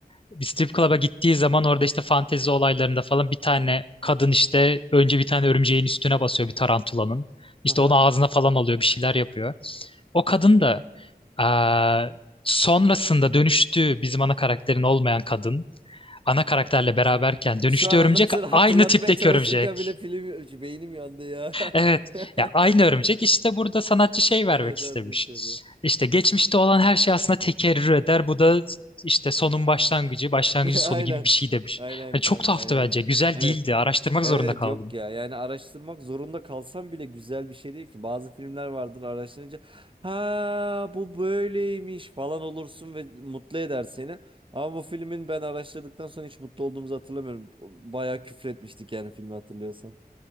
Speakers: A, on the left; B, on the right.
A: bir strip club'a gittiği zaman orada işte fantezi olaylarında falan bir tane kadın işte önce bir tane örümceğin üstüne basıyor bir tarantulanın. İşte
B: aha.
A: onu ağzına falan alıyor bir şeyler yapıyor. O kadın da ee, sonrasında dönüştüğü bizim ana karakterin olmayan kadın ana karakterle beraberken dönüştüğü
B: Şu an
A: örümcek
B: anlatır hatırlatmaya
A: aynı tipteki
B: çalışırken
A: örümcek.
B: bile film beynim yandı ya.
A: Evet
B: <laughs>
A: ya aynı örümcek işte burada sanatçı şey vermek
B: Evet
A: istemiş.
B: kardeş yapıyor.
A: İşte geçmişte olan her şey aslında tekerrür eder. Bu da işte sonun başlangıcı, başlangıcın
B: <laughs>
A: sonu
B: Aynen.
A: gibi bir şey demiş.
B: Aynen
A: Hani
B: kanka
A: çok tuhaftı
B: aynen.
A: bence. Güzel
B: Evet.
A: değildi. Araştırmak
B: Evet
A: zorunda
B: evet
A: kaldım.
B: yok ya. Yani araştırmak zorunda kalsam bile güzel bir şey değil ki. Bazı filmler vardır araştırınca ha bu böyleymiş falan olursun ve mutlu eder seni. Ama bu filmin ben araştırdıktan sonra hiç mutlu olduğumuzu hatırlamıyorum. Bayağı küfür etmiştik yani filmi hatırlıyorsan.